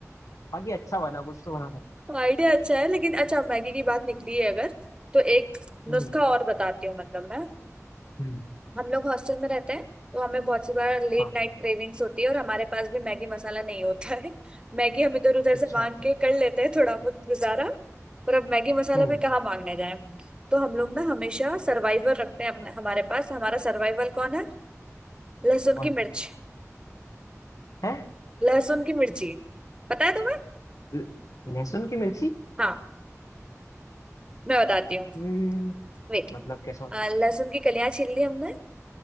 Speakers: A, on the left; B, on the right.
A: बाकी अच्छा बना कुछ तो बना था
B: आइडिया अच्छा है लेकिन अच्छा मैगी की बात निकली है अगर तो एक नुस्खा
A: हम्म
B: और बताती हूँ मतलब मैं
A: हम्म
B: हम लोग हॉस्टल में रहते हैं तो हमें बहुत सी बार लेट
A: हाँ
B: नाइट क्रेविंग्स होती है और हमारे पास भी मैगी मसाला नहीं होता है <laughs> मैगी हम इधर उधर
A: अच्छा
B: से मांग के कर लेते हैं थोड़ा बहुत गुजारा पर अब मैगी मसाला
A: हम्म
B: भी कहाँ मांगने जाए तो हम लोग ना हमेशा सर्वाइवर रखते हैं अपने हमारे पास हमारा सर्वाइवल कौन है लहसुन
A: कौन
B: की मिर्च
A: है
B: लहसुन की मिर्ची पता है तुम्हें
A: ल- लहसुन की मिर्ची
B: हाँ मैं बताती हूँ
A: हम्म
B: वेट
A: मतलब कैसा होती
B: आ, लहसुन की कलियां छील ली हमने